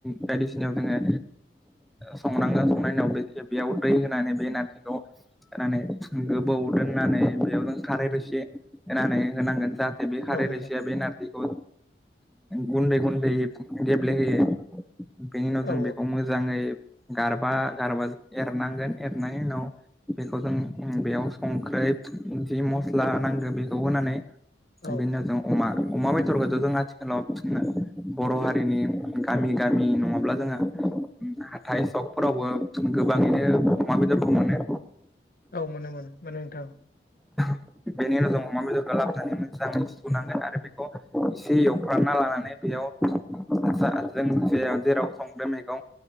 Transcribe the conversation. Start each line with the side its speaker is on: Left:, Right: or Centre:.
Centre: बायदिसिना जोङो सनांगौ संनायनि बेयाव दै होनानै बे नारजिखौ होनानै गोबाव दोननानै बेयाव जों खारै एसे होनानै होनांगोन जाहाथे बे खारै
Left: औ नोंथां
Centre: रोसिया बे नारजिखौ गुन्दै गुन्दै गेब्लेहोयो बेनि उनाव जों
Left: औ
Centre: बेखौ मोजाङै गारबा गारबा एरनांगोन एरनायनि उनाव बेखौ जों बेयाव संख्रै जि मस्ला नांगौ बेखौ होनानै
Left: औ
Centre: बिनि उनाव जों अमा अमा बेदरखौथ' जों आथिखालाव बर' हारिनि गामि गामि नङाब्ला जोंयो हाथाइ सकफोरावबो गोबाङैनो अमा बेदरखौ मोनो
Left: औ मोनो मोनो मोनो नोंथां
Centre: बेनि उनाव जों अमा बेदरफ्रा लाबोनानै मोजाङै सुनांगोन आरो बेखौ एसे एव फोरानना लानानै बेयाव जों जे जेराव संदो मैगं